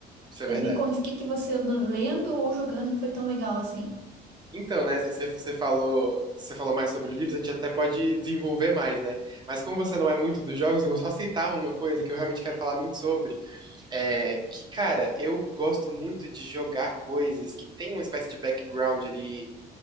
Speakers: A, on the right; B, on the right.
A: isso é
B: Mas
A: verdade.
B: me conte, o que que você anda lendo ou jogando que foi tão legal assim?
A: Então, né, você você falou, você falou mais sobre livros, a gente até pode desenvolver mais, né? Mas como você não é muito dos jogos, eu vou só citar uma coisa que eu realmente quero falar muito sobre, é que, cara, eu gosto muito de jogar coisas que tem uma espécie de background ali